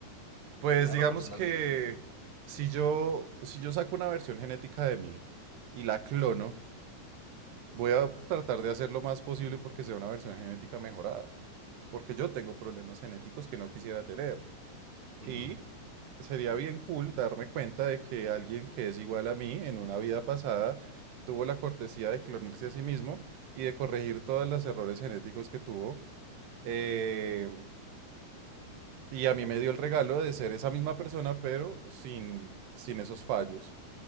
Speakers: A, on the right; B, on the right.
A: Pues
B: Malo
A: digamos
B: personalmente.
A: que si yo, si yo saco una versión genética de mí, y la clono, Voy a tratar de hacer lo más posible porque sea una versión genética mejorada, porque yo tengo problemas genéticos que no quisiera tener.
B: Ujú.
A: Y sería bien cool darme cuenta de que alguien que es igual a mí en una vida pasada tuvo la cortesía de clonarse a sí mismo y de corregir todos los errores genéticos que tuvo. eh, y a mí me dio el regalo de ser esa misma persona, pero sin, sin esos fallos.